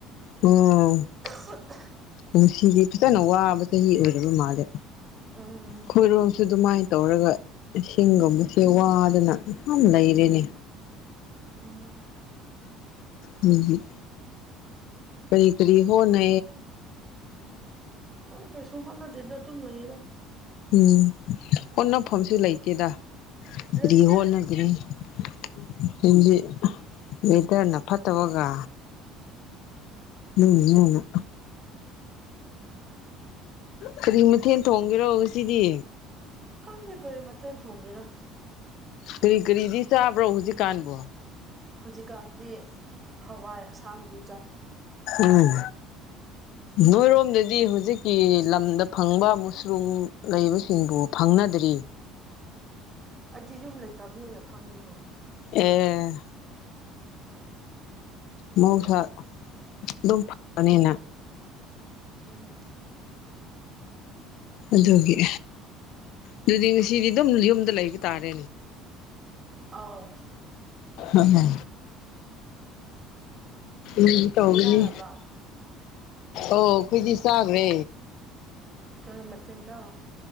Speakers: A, on the left (about 60°); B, on the right (about 20°).
A: ꯎꯝ
B: <inaudible>
A: ꯅꯨꯡꯁꯤꯗꯤ ꯐꯖꯅ ꯋꯥꯕ ꯆꯍꯤ ꯑꯣꯏꯔꯕ ꯃꯥꯜꯂꯦ
B: ꯎꯝ
A: ꯈꯣꯏꯔꯣꯡꯁꯨ ꯑꯗꯨꯃꯥꯏꯅ ꯇꯧꯔꯒ ꯏꯁꯤꯡꯒꯨꯝꯕꯁꯦ ꯋꯥꯗꯅ ꯂꯩꯔꯦꯅꯦ
B: ꯎꯝ
A: ꯎꯝ ꯀꯔꯤ ꯀꯔꯤ ꯍꯅ
B: ꯍꯣꯏ ꯀꯩꯁꯨ ꯍꯣꯠꯅꯗꯦꯗ ꯑꯗꯨꯝ ꯂꯩꯌꯦꯗ
A: ꯎꯝ ꯍꯣꯠꯅꯐꯝꯁꯨ ꯂꯩꯇꯦꯗ ꯍꯥꯏꯗꯤ
B: ꯂꯩꯇꯦ
A: ꯍꯣꯠꯅ ꯑꯗꯨꯗꯤ ꯋꯦꯗꯔꯅ ꯐꯠꯇꯕꯒ ꯎꯝ ꯎꯝ ꯀꯔꯤ ꯃꯊꯦꯜ ꯊꯣꯡꯒꯦꯔꯣ ꯉ ꯁꯤꯗꯤ
B: ꯣꯡꯦ ꯀꯔꯤ ꯃꯊꯆꯥꯅ ꯊꯣꯡꯒꯦꯗ
A: ꯀꯔꯤ ꯀꯔꯤꯗꯤ ꯆꯥꯕ꯭ꯔꯣ ꯍꯧꯖꯤꯛꯀꯥꯟꯕꯣ
B: ꯍꯧꯖꯤꯛꯀꯥꯟꯗꯤ ꯍꯋꯥꯏ ꯑꯁꯥꯡꯕꯤ ꯆꯥꯏ
A: ꯎꯝ ꯅꯣꯏꯔꯣꯝꯗꯗꯤ ꯍꯧꯖꯤꯛꯀꯤ ꯂꯝꯗ ꯐꯪꯕ ꯃꯨꯁꯔꯨꯝ ꯂꯩꯕꯁꯤꯡꯕꯨ ꯐꯪꯅꯗ꯭ꯔꯤ
B: ꯑꯩꯗꯤ ꯌꯨꯝ ꯂꯩꯇꯕꯅꯤꯅ ꯈꯪꯗꯦꯅꯦ
A: ꯑꯦ ꯃꯧꯁꯥ ꯑꯗꯨꯝ ꯐꯕꯅꯤꯅ
B: ꯎꯝ
A: ꯑꯗꯨꯒꯤ ꯑꯗꯨꯗꯤ ꯉꯁꯤꯗꯤ ꯑꯗꯨꯝ ꯌꯨꯝꯗ ꯂꯩꯕ ꯇꯥꯔꯦꯅꯦ
B: ꯑꯥꯎ
A: ꯍ ꯎ ꯇꯧꯒꯅꯤ
B: ꯆꯥꯛ ꯆꯥꯔꯕ
A: ꯑꯣꯈꯣꯏꯗꯤ ꯆꯥꯕꯦ
B: ꯀ ꯃꯆ ꯂꯣ